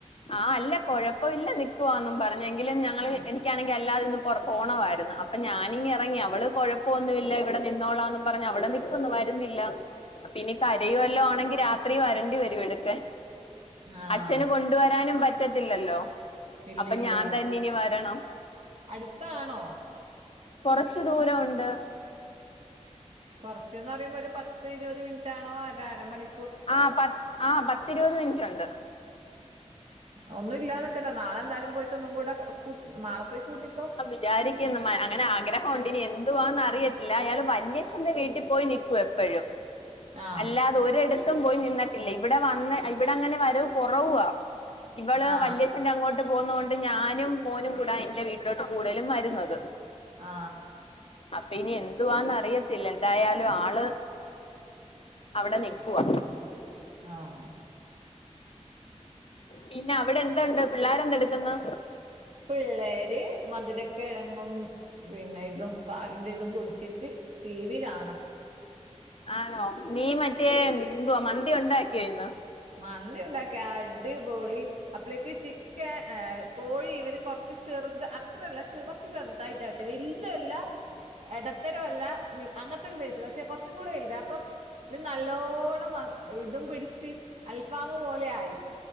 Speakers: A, on the left; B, on the right.
A: ആഹ് അല്ല കൊഴപ്പം ഇല്ല നിക്കുവാന്നും പറഞ്ഞെങ്കിലും ഞങ്ങള് എനിക്കാണെങ്കിൽ അല്ലാത്തിപ്പം കൊറേ പോണമായിരുന്നു അപ്പൊ ഞാനിങ്ങനെ ഇറങ്ങി അവള് കുഴപ്പൊന്നും ഇല്ല ഇവിടെ നിന്നോളാന്നും പറഞ്ഞ് അവിടെ നി ന്നും വരുന്നില്ല പ്പ ഇനി കരയോം വല്ലോ ആണെങ്കി രാത്രി വരേണ്ടി വരും എടുക്കാൻ
B: ആഹ്
A: അച്ഛന് കൊണ്ടുവരാനും പറ്റത്തില്ലല്ലോ.
B: ഇല്ല
A: അപ്പം
B: ഇല്ല
A: ഞാൻ തന്നിനി വരണം.
B: അടുത്താണോ
A: കൊറച്ചു ദൂരൊണ്ട്.
B: കുറച്ചന്ന്റയുമ്പോ ഒരു പത്ത് ഇരുപത് മിനിറ്റാണോ അതാ അരമണി
A: ആഹ് പ ആഹ് പത്തിരുപത് മിനിറ്റ് ഉണ്ട്
B: ആഹ് ഒന്നുല്ലാതെക്കട്ടെ നാളെന്തായാലും പോയിട്ടൊന്നുംകൂടെ ക്കെ കൂ നാളെ പോയി കൂട്ടിക്കോ?
A: വിചാരിക്കുന്നുമെ അങ്ങനെ ആഗ്രഹൊണ്ടിനി എന്തുവാന്നറിയത്തില്ല അയാള് വല്യച്ഛന്റെ വീട്ടിപോയി നി ക്കും എപ്പഴും
B: ആ
A: അല്ലാതൊരിടത്തും പോയിനിന്നിട്ടില്ല ഇവിടെ വന്ന് ഇവിടങ്ങനെ വരവ് കുറവുവാ. ഇവള്
B: ആ
A: വല്യച്ഛന്റങ്ങോട്ട് പോന്നോണ്ട് ഞാനും മോനും കൂടാ എൻറെ വീട്ടി ലോട്ട് കൂടുതലും വരുന്നത്.
B: ആ
A: അപ്പനി എന്തുവാന്ന്റിയത്തില്ല എന്തായാലും ആള് അവിടെ നിക്കുവാ
B: ആഹ്
A: പിന്നവിടെന്തുണ്ട് പിള്ളേരെന്തടുക്കുന്നു.
B: പിള്ളേര് മധുരക്കിഴങ്ങും, പിന്നെ ഇതും പാലിന്റെതും കുടിച്ചിട്ട് ടി വി കാണ
A: ആണോ നീ മറ്റേ എന്തുവാ മന്തി ഒണ്ടാക്കിയോ ഇന്ന്
B: മന്തി ഉണ്ടാക്കി അടിപൊളി അപ്പളേക്ക് ചിക്കൻ ഏ കോഴി ഇവര് കൊറച്ച് ചെറുത് അത്രല്ലചെറു കൊറച്ച് ചെറു തായിട്ടവെട <inaudible> വലുതല്ല ഇടതെരോവല്ല മി അങ്ങത്തൊരു സൈസ് പക്ഷെകൊറച്ചും കൂടെ വലുത് അപ്പം ഇത് നല്ലോണ്ണം ആഹ് ഇതുംപിടിച്ച് അൽഫാമ്മ് പോലെയായി